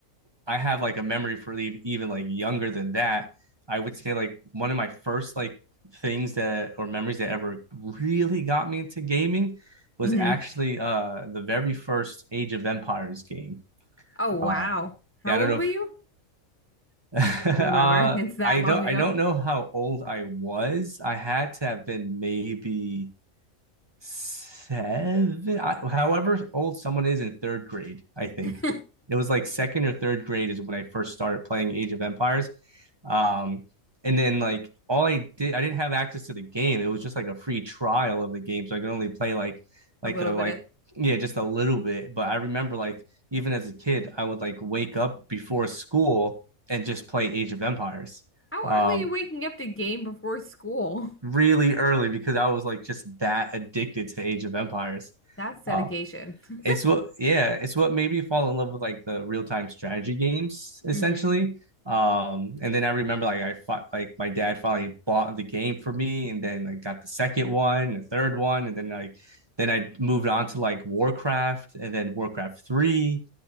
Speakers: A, on the right; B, on the left.
A: I have like a memory for e- even like younger than that. I would say like one of my first like things that or memories that ever really got me into gaming was
B: hmm
A: actually uh the very first Age of Empires game.
B: Oh, wow.
A: Um
B: How
A: yeah, I don't
B: old
A: know
B: were you?
A: if
B: Do
A: <laughs> uh
B: you remember? <laughs> It's that
A: I
B: long
A: don't
B: ago.
A: I don't know how old I was. I had to have been maybe seven, I, however old someone is in third grade, I think.
B: <laughs>
A: It was like second or third grade is when I first started playing Age of Empires. Um, and then like all I did, I didn't have access to the game. It was just like a free trial of the game, so I could only play like like
B: A little
A: the
B: bit
A: like
B: of
A: yeah, just a little bit. But I remember like even as a kid, I would like wake up before school and just play Age of Empires.
B: how
A: Um,
B: early are you waking up to game before school?
A: really early because I was like just that addicted to Age of Empires.
B: That's dedication.
A: Uh,
B: <laughs>
A: it's what, yeah, it's what made me fall in love with like the real time strategy games essentially.
B: hmm
A: Um, and then I remember like I fought like my dad finally bought the game for me, and then I like, got the second one, the third one, and then like then I moved on to like Warcraft, and then Warcraft three.